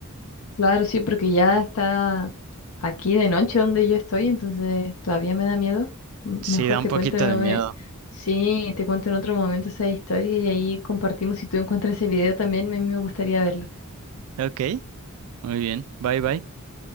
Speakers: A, on the left; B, on the right.
A: Claro, sí, porque ya está aquí de noche donde yo estoy, entonces todavía me da miedo. M-
B: Sí,
A: Mejor
B: da un
A: te
B: poquito
A: cuento, eh,
B: de miedo.
A: sí, te cuento en otro momento esa historia y ahí compartimos. Si tú encuentras ese video también, a mí me gustaría verlo.
B: Ok, muy bien. Bye bye.